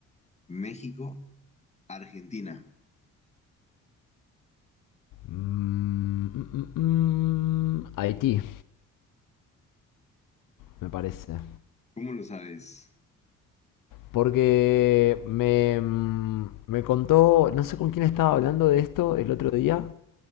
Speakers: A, on the left (about 20°); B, on the left (about 80°).
A: México, Argentina.
B: Mm, mm, mm, mm, Haití, me parece.
A: ¿Cómo lo sabes?
B: Porque me, mm, me contó, no sé con quién estaba hablando de esto el otro día.